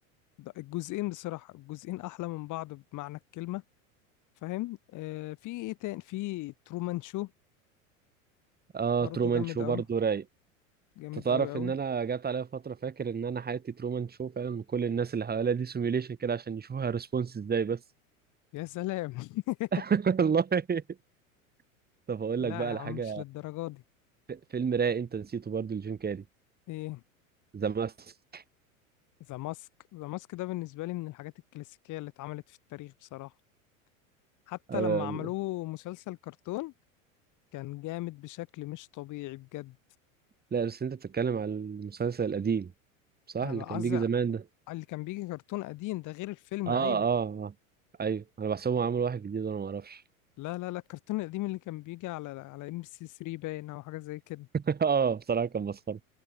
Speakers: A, on the left; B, on the right.
A: ده الجزئين بصراحه الجزئين احلى من بعض بمعنى الكلمه فاهم آه في ايه تاني في ترومان شو
B: اه
A: برضه
B: ترومان
A: جامد
B: شو برضه
A: قوي
B: رايق
A: جامد
B: انت تعرف
A: قوي قوي
B: ان انا جات عليا فتره فاكر ان انا حياتي ترومان شو فعلا من كل الناس اللي حواليا دي سيميوليشن كده عشان يشوفها ريسبونس ازاي بس
A: يا سلام <laughs>
B: <laughs> والله طب اقول
A: لا
B: لك بقى على
A: يا عم
B: حاجه
A: مش للدرجه دي
B: ف- فيلم رايق انت نسيته برضه لجيم كاري
A: ايه
B: ذا ماسك
A: ذا ماسك ذا ماسك ده بالنسبة لي من الحاجات الكلاسيكية اللي اتعملت في التاريخ بصراحة حتى
B: آه
A: لما عملوه مسلسل كرتون كان جامد بشكل مش طبيعي بجد
B: لا بس انت بتتكلم على المسلسل القديم صح
A: انا
B: اللي
A: بقى
B: كان
A: قصدي
B: بيجي زمان
A: على
B: ده
A: اللي كان بيجي كرتون قديم ده غير الفيلم
B: اه
A: ايوه
B: اه اه ايوه انا بحسبهم عملوا واحد جديد وانا ما اعرفش
A: لا لا لا الكرتون القديم اللي كان بيجي على على ام بي سي 3 باين او حاجة زي كده
B: <laughs> اه بصراحه كان مسخره